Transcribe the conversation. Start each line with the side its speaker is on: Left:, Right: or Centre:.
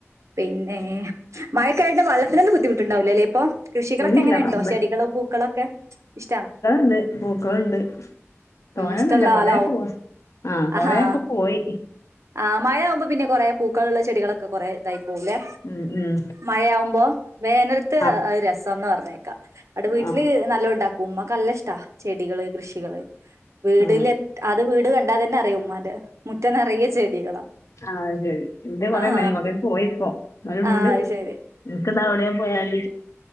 Right: പിന്നെ മഴക്കായി വെള്ളത്തിനൊന്നും ബുദ്ധിമുട്ടുണ്ടാവില്ലോ അല്ലേ ഇപ്പൊ കൃഷികളൊക്കെ
Left: ഇല്ല
Right: എങ്ങനെ ഉണ്ടോ
Left: അമ്പൽ
Right: ചെടികളോ പൂക്കളോ ഒക്കെ ഇഷ്ടണോ
Left: ണ്ട് പൂക്കളുണ്ട് തോനെന്നുല്ല
Right: ഇഷ്ടമുള്ള
Left: കൊറെക്കെ
Right: ആളാവും
Left: പോ ആ കൊറെയൊക്കെ
Right: ആഹാ
Left: പോയി
Right: ആ മഴയാകുമ്പോൾ പിന്നെ കൊറെ പൂക്കളുള്ള ചെടികളൊക്കെ കുറെ ഇതായി പോല്ലെ
Left: ഉം ഉം
Right: മഴയാവുമ്പോ വേനലത്ത്
Left: ആ
Right: ഒരു രസംന്ന് പറഞ്ഞ അവിടെ വീട്ടില്
Left: ആ
Right: നല്ല ഉണ്ടാക്കും ഉമ്മക്ക്ല്ല ഇഷ്ടാ ചെടികള് കൃഷികള് വീടിലെ
Left: ആ
Right: അത് വീട് കണ്ടാ തന്നെ അറിയും ഉമ്മാന്റെ മുറ്റം നിറയിയ ചെടികളാ
Left: ആഹ് ശരി ഇത് കൊറെണ്ടായിനി
Right: ആഹാ
Left: കൊറേ
Right: അത്
Left: പോയിപ്പോ നാലുണ്ട്
Right: ആ അത് ശരി
Left: എനക്ക്താ അവിടെയാ പോയല്